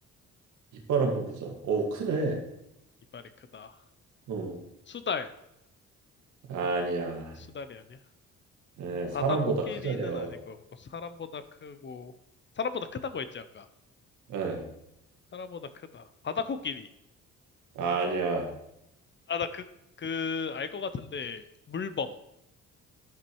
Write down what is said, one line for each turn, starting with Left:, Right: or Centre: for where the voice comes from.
Right: 이빨 한번 보자. 어우 크네.
Left: 이빨이 크다.
Right: 어
Left: 수달.
Right: 아니야.
Left: 수달이 아니야?
Right: 예,
Left: 바다
Right: 사람보다
Left: 코끼리는
Right: 크자녀.
Left: 아닐 것 같고, 사람보다 크고, 사람보다 크다고 했지, 아까.
Right: 예,
Left: 사람보다 크다. 바다 코끼리.
Right: 아니야.
Left: 아, 나 그, 그, 알 것 같은데, 물범.